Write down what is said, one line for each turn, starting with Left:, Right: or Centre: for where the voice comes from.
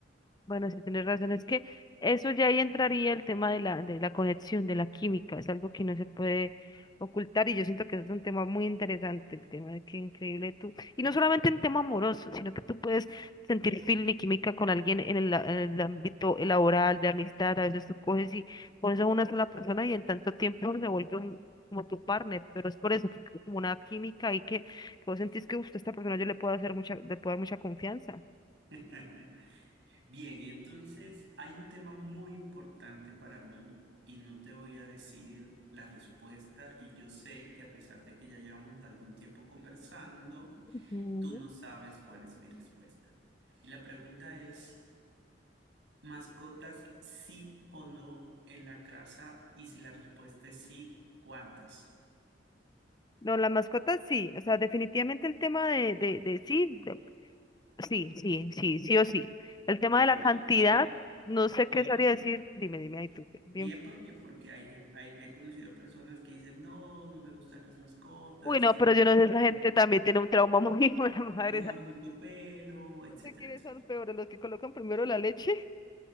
Left: Bueno, sí, tienes razón. Es que eso ya ahí entraría el tema de la, de la conexión, de la química. Es algo que no se puede ocultar y yo siento que es un tema muy interesante, el tema de que increíble tú. Y no solamente en tema amoroso, sino que tú puedes sentir feeling y química con alguien en el, en el ámbito laboral, de amistad. A veces tú coges y conoces a una sola persona y en tanto tiempo se vuelve un- como tu partner, pero es por eso, que es como una química y que, que vos sentís que "Uf, esta persona yo le puedo hacer mucha, le puedo dar mucha confianza.
Right: <laughs> Bien, y entonces hay un tema muy importante para mí y no te voy a decir la respuesta y yo sé que a pesar de que ya llevamos algún tiempo conversando,
Left: Ujú.
Right: tú no sabes cuál es mi respuesta. Y la pregunta es, ¿mascotas sí o no en la casa? Y si la respuesta es sí, ¿cuántas?
Left: No, las mascotas sí, o sea, definitivamente el tema de, de, de sí, de- sí, sí, sí, sí o sí. El tema
Right: Bien,
Left: de la cantidad,
Right: bien, bien,
Left: no sé
Right: bien,
Left: qué sabría
Right: por-
Left: decir, dime, dime ahí tú. Bien.
Right: bien porque, porque hay, hay- he conocido a personas que dicen, no, no me gustan las mascotas,
Left: Uy, no,
Right: tienen...
Left: pero yo no sé, esa gente también tiene un trauma muy <laughs> hijo la madre.
Right: deja
Left: esa-
Right: mucho pelo, etcétera,
Left: No sé quiénes
Right: etcétera.
Left: son peores, los que colocan primero la leche